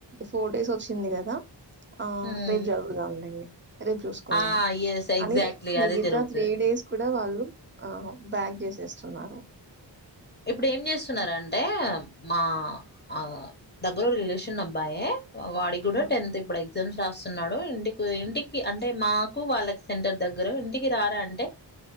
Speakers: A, on the right; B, on the left.
A: ఫోర్ట్ డేస్ వచ్చింది కదా ఆ
B: ఉమ్.
A: రేపు జరుగుతా ఉండండి రేపు చూసుకుందాం
B: ఆ ఎస్ ఎగ్జాక్ట్లీ
A: అని మిగతా
B: అదే జరుగుతది
A: త్రీ డేస్ వాళ్ళు బ్యాగ్ చేసేస్తున్నారు
B: ఇప్పుడు ఏం చేస్తున్నారంటే మా ఆ దగ్గర రిలేషన్ అబ్బాయే వాడి కూడా
A: ఉహు
B: టెన్త్ ఇప్పుడైంది ఎగ్జామ్స్ రాస్తున్నాడు ఇంటికి ఇంటికి అంటే మాకు వాళ్ళకి సెంటర్ దగ్గర ఇంటికి రారా అంటే